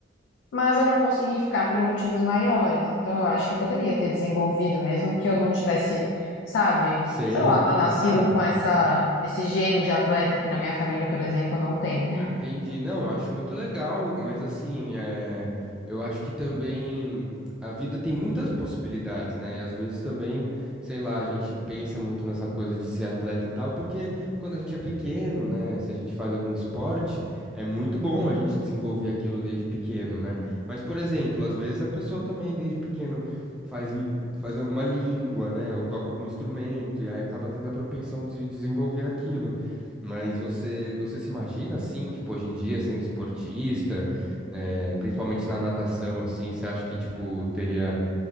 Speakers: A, on the left; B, in the centre.
A: Mas eu não consegui ficar por motivos maiores. Então eu acho que eu poderia ter desenvolvido, mesmo que eu não tivesse, sabe,
B: Sei.
A: sei lá, nascido
B: Ah.
A: com essa, esse gene de atleta que na minha família, por exemplo, não tem.
B: Entendi. Não, acho muito legal, mas assim, é, eu acho que também a vida tem muitas possibilidades, né? E às vezes também, sei lá, a gente pensa muito nessa coisa de ser atleta e tal, porque quando a gente é pequeno, né? Se a gente faz algum esporte, é muito bom a gente desenvolver aquilo desde pequeno, né? Mas, por exemplo, às vezes a pessoa também desde pequeno faz. li- Faz alguma língua, né? Ou toca algum instrumento, e aí acaba tendo a propensão de desenvolver aquilo. Mas você, você se imagina assim, tipo, hoje em dia sendo esportista, eh, principalmente na natação, assim, você acha que, tipo, teria,